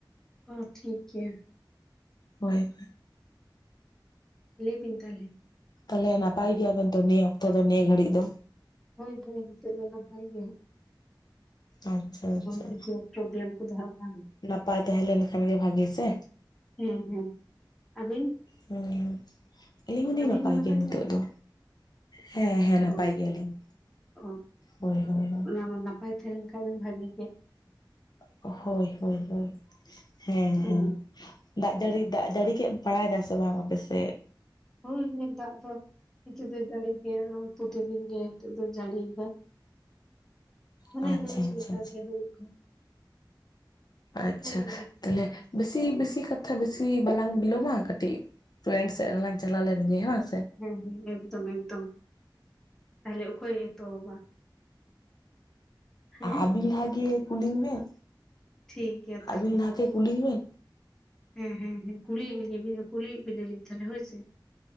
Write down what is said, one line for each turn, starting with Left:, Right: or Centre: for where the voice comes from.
Centre: ᱚ ᱴᱷᱤᱠ ᱜᱮᱭᱟ᱾
Left: ᱦᱳᱭ ᱦᱳᱭ᱾
Centre: ᱞᱟᱹᱭ ᱵᱤᱱ ᱛᱟᱦᱚᱞᱮ?
Left: ᱛᱟᱦᱚᱞᱮ ᱱᱟᱯᱟᱭ ᱜᱮᱭᱟᱵᱮᱱ ᱛᱚ, ᱱᱤᱭᱟᱹ ᱚᱠᱛᱚ ᱫᱚ ᱱᱤᱭᱟᱹ ᱜᱷᱟᱹᱲᱤᱡ ᱫᱚ
Centre: ᱦᱳᱭ ᱛᱚ ᱱᱤᱛᱟᱹᱜ ᱫᱚ ᱱᱟᱯᱟᱭ ᱜᱮᱭᱟ᱾
Left: ᱟᱪᱪᱷᱟ ᱟᱪᱪᱷᱟ,
Centre: ᱠᱤᱪᱷᱩ ᱯᱨᱚᱵᱞᱮᱢ ᱠᱚᱫᱚ ᱦᱟᱸᱜ ᱵᱟᱝ
Left: ᱱᱟᱯᱟᱭ ᱛᱟᱦᱮᱸ ᱞᱮᱱᱠᱷᱟᱱ ᱜᱮ ᱵᱷᱟᱹᱜᱤ ᱥᱮ?
Centre: ᱦᱮᱸ ᱦᱮᱸ, ᱟᱵᱤᱱ?
Left: ᱦᱩᱸ᱾ ᱟᱹᱞᱤᱧ ᱦᱚᱞᱤᱧ
Centre: ᱟᱹᱵᱤᱱ ᱦᱚᱸ ᱱᱟᱯᱟᱭ
Left: ᱱᱤᱛᱚᱜ
Centre: ᱜᱮᱭᱟ ᱵᱤᱱ?
Left: ᱫᱚ ᱦᱮᱸ ᱦᱮᱸ ᱱᱟᱯᱟᱭ
Centre: ᱚ
Left: ᱜᱮᱭᱟᱞᱤᱧ
Centre: ᱚ,
Left: ᱦᱳᱭ ᱦᱳᱭ
Centre: ᱚᱱᱟ ᱱᱟᱯᱟᱭ ᱛᱟᱦᱮᱱ ᱠᱷᱟᱱ ᱵᱷᱟᱹᱜᱤ᱾
Left: ᱦᱳᱭ ᱦᱳᱭ ᱦᱮᱸ
Centre: ᱦᱩᱸ
Left: ᱦᱮᱸ᱾ ᱫᱟᱜ ᱡᱟᱹᱲᱤ ᱫᱟᱜ ᱡᱟᱹᱲᱤ ᱠᱮᱫ ᱵᱟᱲᱟᱭ ᱮᱫᱟ ᱥᱮ ᱵᱟᱝ ᱟᱯᱮᱥᱮᱫ?
Centre: ᱦᱩᱸ ᱦᱩᱸ, ᱫᱟᱜ ᱫᱚ ᱱᱤᱛᱚᱜ ᱫᱚ ᱡᱟᱹᱲᱤ ᱜᱮᱭᱟ, ᱯᱨᱚᱛ ᱫᱤᱱ ᱜᱮ ᱱᱤᱛᱚᱜ ᱫᱚᱭ ᱡᱟᱹᱲᱤᱭᱟ᱾ ᱢᱟᱱᱮ
Left: ᱟᱪᱪᱷᱟ
Centre: ᱨᱳᱡ
Left: ᱟᱪᱪᱷᱟ
Centre: ᱞᱮᱠᱟ
Left: ᱟᱪᱪᱷᱟ
Centre: ᱜᱮ ᱦᱩᱭᱩᱜ ᱠᱟᱱᱟ᱾
Left: ᱟᱪᱪᱷᱟ,
Centre: ᱵᱩᱡ ᱫᱟᱵᱤᱱ
Left: ᱛᱟᱦᱞᱮ ᱵᱮᱥᱤ ᱵᱮᱥᱤ ᱠᱟᱛᱷᱟ ᱵᱮᱥᱤ ᱵᱟᱞᱟᱝ ᱵᱤᱞᱚᱢᱟ ᱠᱟᱹᱴᱤᱡ ᱯᱷᱮᱱ ᱥᱮᱞᱟᱝ ᱪᱟᱞᱟ ᱞᱮᱱ ᱜᱮ ᱦᱟᱸᱜ᱾
Centre: ᱦᱮᱸ ᱦᱮᱸ, ᱮᱠᱫᱚᱢ ᱮᱠᱫᱚᱢ ᱛᱟᱦᱚᱞᱮ ᱚᱠᱚᱭ ᱮᱛᱚᱦᱚᱵᱟ? ᱦᱮᱸ
Left: ᱟᱹᱵᱤᱱ ᱞᱟᱦᱟ ᱜᱮ ᱠᱩᱞᱤᱧ ᱵᱮᱱ?
Centre: ᱴᱷᱤᱠ ᱜᱮᱭᱟ ᱛᱟᱦᱚᱞᱮ
Left: ᱟᱹᱵᱤᱱ ᱞᱟᱦᱟ ᱜᱮ ᱠᱩᱞᱤᱧ ᱵᱮᱱ?
Centre: ᱦᱮᱸ ᱦᱮᱸ ᱦᱮᱸ ᱠᱩᱞᱤ ᱠᱩᱞᱤ ᱵᱮᱱᱟ ᱞᱤᱧ ᱛᱟᱞᱮ ᱦᱳᱭ ᱥᱮ?